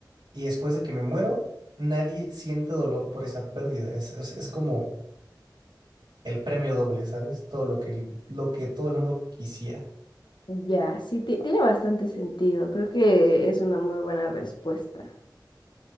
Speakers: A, on the right; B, on the left.
A: y después de que me muero, nadie siente dolor por esa pérdida. Es, es, es como el premio doble, ¿sabes? Todo lo que, lo que todo el mundo quisiera.
B: Ya, sí, ti- tiene bastante sentido. Creo que es una muy buena respuesta.